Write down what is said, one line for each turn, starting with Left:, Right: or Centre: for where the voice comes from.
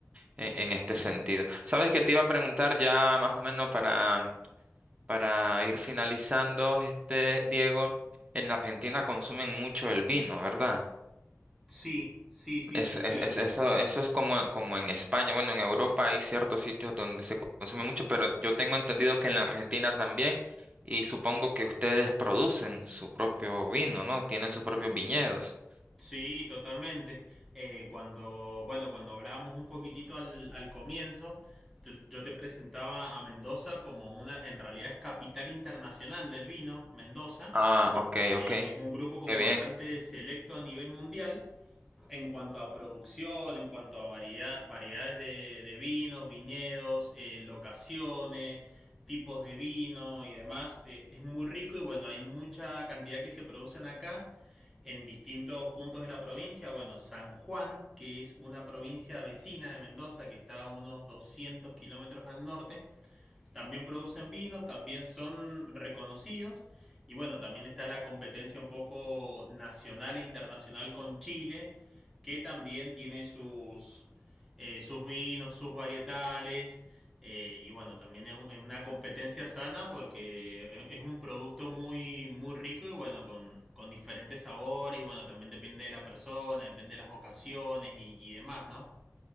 Right: en, en este sentido. ¿Sabes qué te iba a preguntar ya más o menos para para ir finalizando, este Diego, en la Argentina consumen mucho el vino, ¿verdad?
Centre: Sí, sí, sí,
Right: Es-
Centre: sí,
Right: es-
Centre: sí.
Right: es- eso, eso es como, como en España. Bueno, en Europa hay ciertos sitios donde se consume mucho, pero yo tengo entendido que en la Argentina también, y supongo que ustedes producen su propio vino, ¿no? Tienen sus propios viñedos.
Centre: Sí, totalmente. Eh, cuando, bueno, cuando hablábamos un poquitito al, al comienzo, yo yo te presentaba a Mendoza como una, en realidad es capital internacional del vino, Mendoza,
Right: Ah, ok,
Centre: eh,
Right: ok.
Centre: que es un grupo como
Right: Qué bien.
Centre: bastante selecto a nivel mundial. en cuanto a producción, en cuanto a variedad, variedades de, de vinos, viñedos, eh, locaciones, tipos de vino y demás, eh, es muy rico y bueno, hay mucha cantidad que se producen acá en distintos puntos de la provincia. Bueno, San Juan, que es una provincia vecina de Mendoza, que está a unos 200 kilómetros al norte, también producen vinos, también son reconocidos. Y bueno, también está la competencia un poco nacional e internacional con Chile, que también tiene sus, eh, sus vinos, sus varietales. eh, y bueno, también es, un- es una competencia sana porque es es un producto muy, muy rico y bueno, con, con diferentes sabores. Y bueno, también depende de la persona, depende de las ocasiones y, y demás, ¿no?